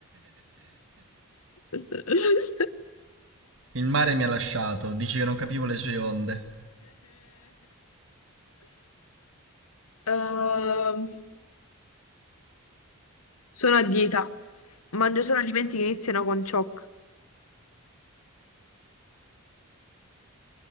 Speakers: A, on the left; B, on the right.
A: <laughs>
B: Il mare mi ha lasciato, dici che non capivo le sue onde.
A: Ehm, sono a dieta. Mangio solo alimenti che iniziano con cioc.